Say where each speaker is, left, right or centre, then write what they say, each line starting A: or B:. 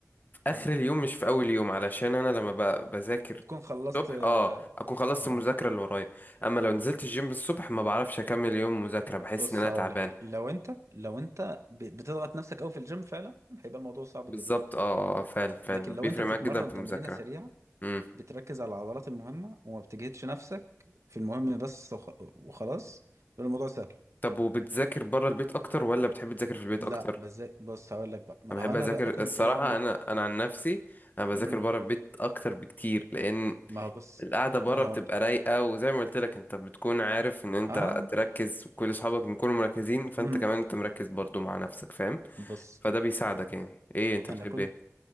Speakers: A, on the left (about 35°); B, on the right (about 70°).
A: في اخر
B: مم.
A: اليوم مش في اول يوم علشان انا لما ب... بذاكر
B: تكون خلصت
A: الصبح
B: اه
A: اه اكون خلصت
B: آه.
A: المذاكرة اللي ورايا اما لو نزلت الجيم الصبح ما بعرفش اكمل يوم مذاكرة بحس
B: بص
A: ان انا
B: هقول
A: تعبان
B: لك لو انت لو انت ب- بتضغط نفسك قوي في الجيم فعلا هيبقى الموضوع صعب
A: بالظبط
B: جدا
A: اه آه، فعلا فعلا
B: لكن لو
A: بيفرق
B: انت بتتمرن
A: معاك جدا في
B: تمرينة
A: المذاكرة
B: سريعة
A: امم.
B: بتركز على العضلات المهمة وما بتجهدش نفسك في المهم بس وخ- وخلاص يبقى الموضوع سهل
A: طب وبتذاكر بره البيت اكتر ولا بتحب تذاكر في البيت
B: لا
A: اكتر
B: بس زي- بص هقول لك بقى ما
A: انا
B: انا
A: بحب
B: هو انا
A: اذاكر
B: بقى كنت
A: الصراحه
B: بعمل ايه
A: انا انا عن نفسي انا بذاكر
B: امم
A: بره البيت اكتر بكتير لان
B: ما هو بص
A: القعده بره
B: انا
A: بتبقى
B: هقول لك
A: رايقه وزي ما قلت لك انت بتكون عارف ان انت
B: اه
A: تركز وكل اصحابك بيكونوا مركزين فانت
B: امم
A: كمان انت مركز برضو مع نفسك فاهم
B: بص
A: فده بيساعدك يعني ايه انت بتحب
B: انا كنت
A: ايه